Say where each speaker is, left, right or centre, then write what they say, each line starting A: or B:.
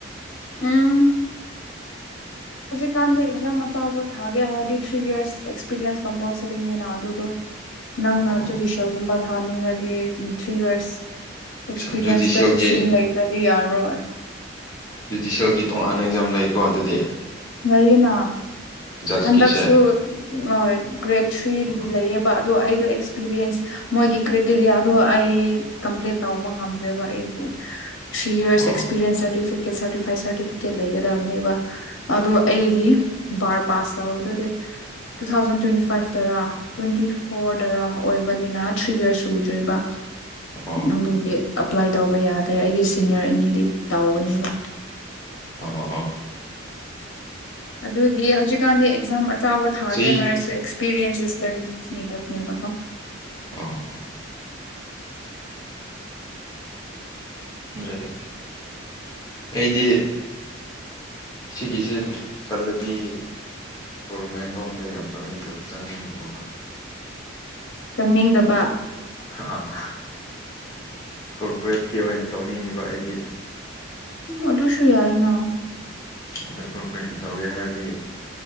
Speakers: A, on the left; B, on the left.
A: ꯎꯝ꯫ ꯀꯥꯟꯗꯦ ꯑꯦꯛꯁꯥꯝ ꯑꯆꯥꯥꯎꯕ ꯊꯥꯒꯦ ꯍꯥꯔꯗꯤ ꯊ꯭ꯔꯤ ꯏꯔꯁ ꯑꯦꯛꯁꯄꯤꯔꯤꯌꯦꯟꯁ ꯀꯝꯄꯜꯁꯔꯤꯅꯤꯅ ꯑꯗꯨꯗꯣ꯫ ꯅꯪꯅ
B: ꯑꯣ
A: ꯖꯨꯗꯤꯁꯦꯜꯒꯨꯝꯕ ꯊꯥꯅꯤꯡꯉꯗꯤ ꯊ꯭ꯔꯤ ꯌꯔꯁ꯫ ꯑꯦꯛꯁꯄꯤꯔꯤꯌꯦꯟꯁ
B: ꯑꯆꯥ ꯖꯨꯗꯤꯁꯤꯌꯦꯜꯒꯤ
A: ꯄ꯭ꯔꯦꯛꯇꯤꯁꯤꯡ ꯂꯩꯇ꯭ꯔꯗꯤ ꯌꯥꯔꯣꯏ꯫
B: ꯖꯨꯗꯤꯁꯦꯜꯒꯤ ꯇꯣꯉꯥꯟꯅ ꯑꯦꯛꯖꯥꯝ ꯂꯩꯀꯣ ꯑꯗꯨꯗꯤ꯫
A: ꯂꯩꯌꯦꯅ
B: ꯖꯁꯀꯤꯁꯦ
A: ꯍꯟꯗꯛꯁꯨ꯫ ꯍꯣꯏ ꯒ꯭ꯔꯦꯗ ꯊ꯭ꯔꯤꯒꯤꯗꯤ
B: ꯑꯣ
A: ꯂꯩꯑꯦꯕ ꯑꯗꯣ ꯑꯩꯗꯣ ꯑꯦꯛꯁ ꯑꯦꯛꯁꯄꯤꯔꯤꯌꯦꯟꯁ ꯃꯣꯏꯒꯤ ꯀ꯭ꯦꯇꯦꯔꯤꯌꯥꯗꯣ ꯑꯩ ꯀꯝꯄ꯭ꯂꯤꯠ ꯇꯧꯕ ꯉꯝꯗ꯭ꯔꯦꯕ ꯑꯩꯗꯤ ꯊ꯭ꯔꯤ ꯌꯔꯁ
B: ꯑꯣ
A: ꯑꯦꯁꯄꯤꯔꯔꯤꯟꯁ ꯁꯔꯇꯤꯐꯤꯀꯦꯠ ꯁꯥꯔꯇꯐꯥꯏꯠ ꯁꯥꯔꯇꯤꯐꯤꯀꯦꯠ ꯂꯩꯒꯗꯕꯅꯦꯕ꯫ ꯑꯗꯣ ꯑꯩꯒꯤ ꯕꯥꯔ ꯄꯥꯁ ꯇꯧꯕꯗꯣ ꯗꯦꯠ ꯇꯨ ꯊꯥꯎꯖꯟ ꯇ꯭ꯋꯦꯟꯇꯤ ꯐꯥꯏꯚꯇꯔꯥ ꯇ꯭ꯋꯦꯟꯇꯤ ꯐꯣꯔꯗꯔꯥ ꯑꯣꯏꯕꯅꯤꯅ ꯊ꯭ꯔꯤ ꯌꯔꯁ ꯁꯨꯗ꯭ꯔꯤꯕ꯫
B: ꯑꯣ
A: ꯑꯗꯨꯒꯤ ꯑꯦꯄ꯭ꯂꯥꯏ ꯇꯧꯕ ꯌꯥꯗ꯭ꯔꯦ ꯑꯩꯒꯤ ꯁꯤꯅꯤꯌꯔ ꯑꯅꯤꯗꯤ ꯇꯧꯒꯅꯤꯕ꯫
B: ꯑꯣ ꯑꯣ ꯑꯣ꯫
A: ꯑꯗꯨꯒꯤ ꯍꯧꯖꯤꯛꯀꯥꯟꯗꯤ ꯑꯦꯛꯖꯥꯝ ꯑꯆꯥꯎꯕ ꯊꯥꯒꯦ
B: ꯆꯍꯤ
A: ꯍꯥꯏꯔꯁꯨ experience is very needed ꯅꯤꯕꯀꯣ꯫
B: ꯑꯣ ꯗ꯭ꯔꯦꯗ ꯑꯩꯗꯤ꯫ ꯁꯤꯒꯤꯁꯦ ꯆꯜꯂꯗꯤ꯫ ꯒꯣꯕꯔꯃꯦꯟ ꯔꯣꯝꯗ ꯌꯥꯝ ꯆꯪꯉꯗ ꯆꯪꯅꯤꯡꯅꯦꯕꯀꯣ
A: ꯆꯪꯅꯤꯡꯗꯕ
B: ꯑ ꯀꯣꯔꯄꯣꯔꯦꯠꯀꯤ ꯑꯣꯏꯅ ꯇꯧꯅꯤꯡꯉꯤꯕ ꯑꯩꯗꯤ
A: ꯎꯝ ꯑꯗꯨꯁꯨ ꯌꯥꯏꯅ
B: ꯑꯗ ꯀꯣꯔꯣꯄꯔꯦꯠꯀꯤ ꯇꯧꯒꯦ ꯍꯥꯏꯔꯗꯤ